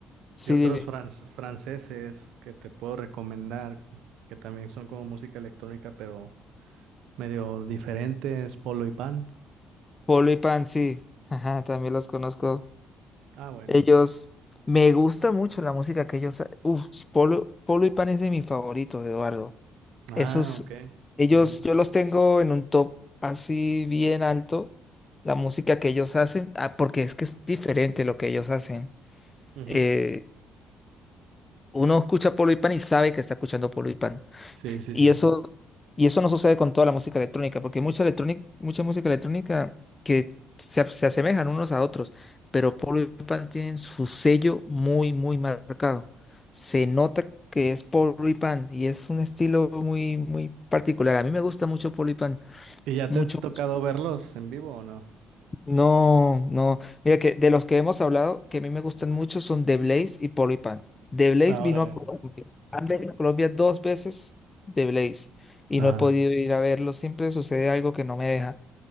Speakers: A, on the left; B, on the right.
A: sí,
B: y otros
A: dime.
B: franc- franceses que te puedo recomendar, que también son como música electrónica, pero medio diferentes, Polo y Pan.
A: Polo y Pan, sí. Ajá, también los conozco.
B: Ah, bueno.
A: Ellos, me gusta mucho la música que ellos, ha- uf, Polo, Polo y Pan es de mis favoritos, Eduardo.
B: Ah,
A: Esos,
B: ok.
A: ellos,
B: Ujú,
A: yo los tengo en un top así bien alto, la música que ellos hacen, ah, porque es que es diferente lo que ellos hacen.
B: ujú.
A: Eh, uno escucha Polo y Pan y sabe que está escuchando Polo y Pan.
B: Sí, sí,
A: Y
B: sí.
A: eso, y eso no sucede con toda la música electrónica, porque mucha electrónica, mucha música electrónica que se, a- se asemejan unos a otros, pero Paul y Pan tienen su sello muy, muy marcado. Se nota que es Paul y Pan y es un estilo muy, muy particular. A mí me gusta mucho Paul y Pan,
B: ¿Y ya
A: mucho,
B: te ha tocado
A: mucho.
B: verlos en vivo o no?
A: No, no. Mira que de los que hemos hablado, que a mí me gustan mucho son The Blaze y Polipan. The Blaze
B: Ah,
A: vino
B: órale.
A: a Colombia. Han venido a Colombia dos veces The Blaze y
B: Ajá.
A: no he podido ir a verlo. Siempre sucede algo que no me deja.